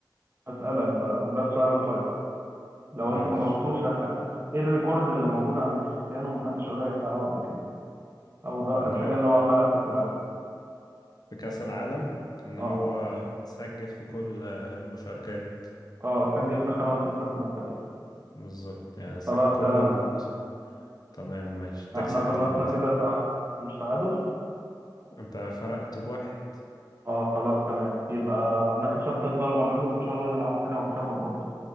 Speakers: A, on the right; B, on the left.
A: اسالك بقى وده السؤال الفيصل لو
B: ماشي
A: انت ما جاوبتوش انا هكسب ايه الريكورد اللي موجود عند كريستيانو محدش قدر يحققه قبل كده او الر-
B: إن
A: الحاجه
B: هو
A: اللي هو عملها في كاس العالم
B: في كأس العالم إن
A: اه
B: هو سجل في كل آه، المشاركات
A: اه سجل في خمس نسخ مختلفة
B: بالظبط يعني سجل
A: خلاص
B: كل
A: تمام
B: النسخ تمام ماشي أنت
A: احنا
B: كسبت
A: خلصنا
B: عامة
A: كده تع... مش تعادل
B: أنت فرقت بواحد
A: اه خلاص تمام يبقى انا كسبتك بقى المرة دي وان شاء الله نلعبه تاني واكسبك برضه